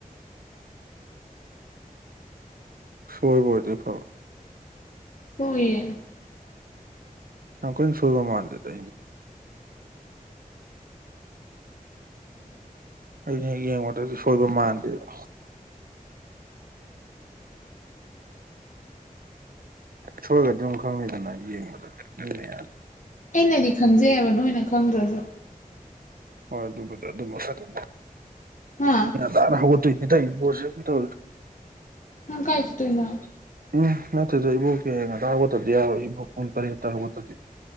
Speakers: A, on the right; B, on the left.
A: ꯁꯣꯏꯕꯣꯏꯗꯤ ꯐꯥꯎ
B: ꯍꯣꯏꯌꯦꯦ
A: ꯌꯥꯝ ꯀꯣꯏ ꯁꯜꯕ ꯃꯥꯅꯗꯗ ꯑꯩꯅ ꯍꯦꯛ ꯌꯦꯡꯉꯨꯗꯗꯤ ꯁꯣꯏꯕ ꯃꯥꯟꯗꯦꯕ
B: <inaudible>
A: ꯁꯣꯏꯒꯗꯤ ꯑꯗꯨꯝ ꯈꯪꯅꯤꯗꯅ ꯌꯦꯡꯕꯗꯅꯦ
B: ꯑꯩꯅꯗꯤ ꯈꯪꯖꯩꯑꯕ ꯅꯣꯏꯅ ꯈꯪꯗ꯭ꯔꯁꯨ
A: ꯍꯣꯏ ꯑꯗꯨꯕꯨꯗꯤ ꯑꯗꯨ ꯃꯈꯗꯤ
B: ꯍꯥ
A: ꯇꯅ ꯍꯧꯒꯠꯇꯣꯏ ꯏ ꯇꯥꯏ ꯣꯅꯤ ꯇ
B: ꯍ ꯀꯥꯏ ꯆ ꯇꯏꯅ
A: ꯎꯝ ꯅꯠꯇ꯭ꯔꯗ ꯏꯕꯣꯛ ꯀ ꯌꯦꯡ ꯉꯗꯥꯔ ꯈꯠꯇꯗꯤ ꯌꯥꯎꯔꯣꯏ ꯏꯕꯣꯛ ꯄꯨꯡ ꯇꯔꯦꯠꯠꯇ ꯈꯠꯇꯗꯤ